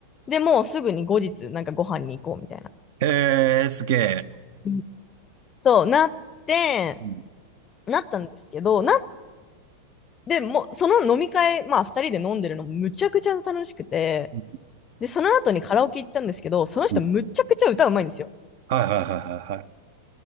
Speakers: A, on the left (about 25°); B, on the right (about 50°).
A: で、もうすぐに後日、なんかご飯に行こうみたいな。
B: へえ、すげえ。
A: うんそう、なって、
B: うん
A: なったんですけど、な、でもう、その飲み会、まあ、2人で飲んでるのむちゃくちゃ楽しくて、
B: うん
A: で、その後にカラオケ行ったんですけど、その人むちゃくちゃ歌うまいんですよ。
B: うんはいはいはいはいはい。